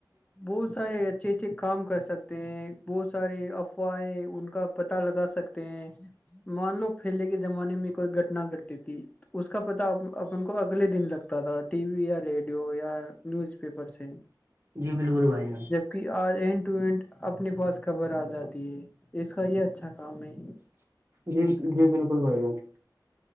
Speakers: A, on the left (about 15°); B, on the right (about 35°).
A: بہت سارے اچھے اچھے کام کر سکتے ہیں بہت سارے افواہیں ان کا پتا لگا سکتے ہیں مان لو پہلے کے زمانے میں کوئی گٹنا گھٹتی تھی اس کا پتا اپن کو اگلے دن لگتا تھا ٹی وی یا ریڈیو یا نیوز پیپر سے
B: جی بالکل بھائی جان
A: کہ آج اینڈ ٹو اینٹ اپنے پاس خبر آ جاتی ہے اس کا یہ اچھا کام ہے
B: جی جی بالکل بھائی جان <unintelligible>